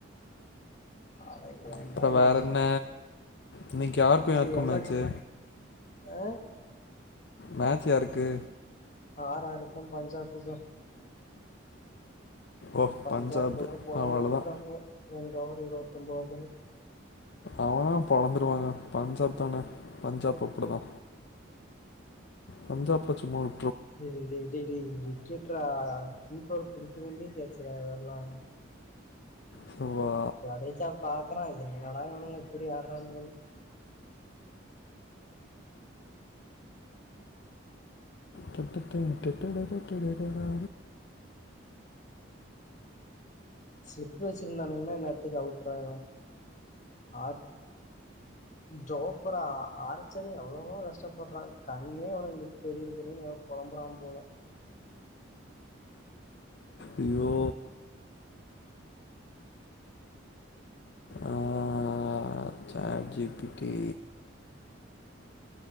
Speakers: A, on the left (about 40°); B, on the left (about 60°).
A: அட ஏன்டா
B: அப்புற வேற
A: நீ
B: என்ன இன்னைக்கு யாருக்கும் யாருக்கு
A: சி எம்
B: மேச்சு
A: எல் டி ஆ
B: மேட்ச் யாருக்கு
A: ஆர் ஆருக்கு பஞ்சாபுக்கு
B: ஓ
A: எ பஞ்சாப்
B: பஞ்சாப்பு
A: போட்டு பொலந்துட்டு
B: அவ்வளதா
A: இருக்காங்க ரெண்ட ஒவர் இருபத்தொன்பதுன்னு
B: அவன பொழந்துருவாங்க பஞ்சாப் தான பஞ்சாப்பு அப்டி தா பஞ்சாப்ப சும்மாள்
A: இருடி இருடி விக்கெட்டா கீப்பர் பிடிக்க வேண்டிய கச்சல்ல இதெல்லா
B: சோ வா
A: ஜடேஜா பாக்குறா என்னடா இவனுங்க இப்டி ஆடுறாங்கனு
B: டட்டன் டெட்டட டெட்டட டா
A: ஸ்லிப் வச்சுருந்தானுங்கன்னா இந்நேரத்துக்கு அவுட்றா இவன் ஆர் ஜோப்பரா அரச்சரும் எவ்ளவோ கஷ்டப்படுறான் கண்ணே அவனுகளுக்கு தெரியுரதுல்ல நல்ல புலம்புறான் போல
B: ஐய்யோ அஹ் சாட் ஜி பிடி